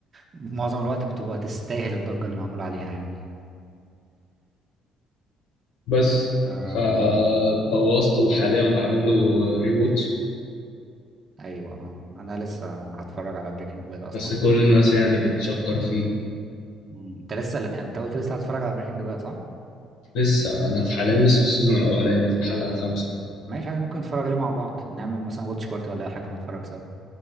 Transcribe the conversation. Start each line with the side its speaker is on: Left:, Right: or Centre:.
Right: معظم الوقت بتبقى تستاهل الضجه اللي معمول عليها يعني
Left: بس
Right: آم،
Left: فبوظته وحاليا بعمل له ري واتش
Right: ايوه اه انا لسه هتفرج على بريكنج باد اصلا
Left: بس كل الناس يعني بتشكر فيه
Right: مم، انت لسه انت قلت لسه هتتفرج على بريكنج باد صح
Left: لسه انا في حاليا لسه في السيزون الاولاني في الحلقه الخامسه
Right: ماشي عادي ممكن نتفرج عليه مع بعض نعمل مثلا واتش بارتي ولا اي حاجه ونتفرج سوا